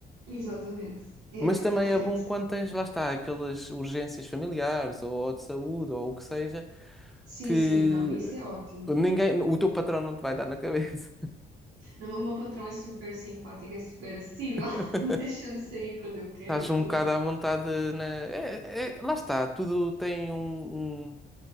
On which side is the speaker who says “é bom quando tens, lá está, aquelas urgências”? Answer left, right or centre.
Centre